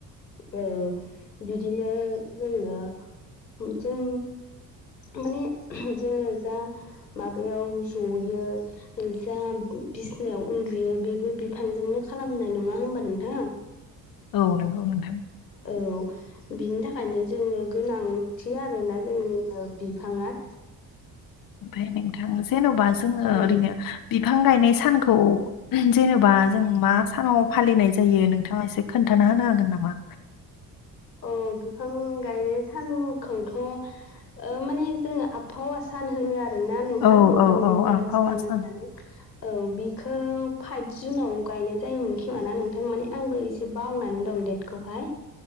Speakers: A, on the left; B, on the left.
A: औ बिदिनो जोङो जों माने जोङो जा माबायाव जयो जा बिसनायाव उन्दुयो बेबो फांजोंनो खालामनाय नङा होमबा नोंथां?
B: औ नंगौ नोंथां।
A: औ बिनि थाखायनो जोंनो गोनांथि आरोना जोंनो बिफाङा।
B: ओमफफ्राय नोंथां जेन'बा जोङो
A: औ
B: ओरैनो बिफां गायनाय सानखौ जेनेबा जों मा सानाव फालिनाय जायो नोंथाङा एसे खोन्थाना होनो हागोन नामा?
A: औ बिफां गायनाय सानखौथ' ओ माने जोङो आबहावा सान होनो आरोना नोंथां
B: औ
A: इनभारमेन्टेल
B: औ औ आबहावा
A: सान होननानै।
B: <inaudible>
A: औ बिखौ फाइभ जुनाव गायनाय जायोमोन खोमाना नोंथां माने आंबो एसे बावनानै दं दे खौहाय